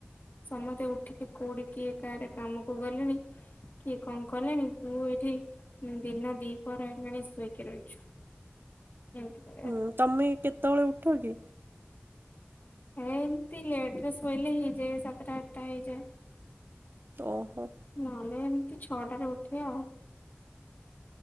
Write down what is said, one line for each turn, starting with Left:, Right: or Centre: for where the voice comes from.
Left: ସମତେ ଉଠିକି କୋଉଠି କିଏ କାରେ କାମକୁ ଗଲେଣି। କିଏ କଣ କଲେଣି ତୁ ଏଠି ଦିନ ଦିପଅର ହେଲାଣି ଶୋଇକି ରହିଛୁ। ଏମିତି କହିବା।
Right: ହୁଁ ତମେ କେତେବେଳେ ଉଠ କି?
Left: ହେମିତି ଲେଟରେ ଶୋଇଲେ ହେଇଯାଏ ସାତଟା ଆଠଟା ହେଇଯାଏ।
Right: ଓହୋ।
Left: ନଲେ ଏମିତି ଛଅଟାରେ ଉଠେ ଆଉ।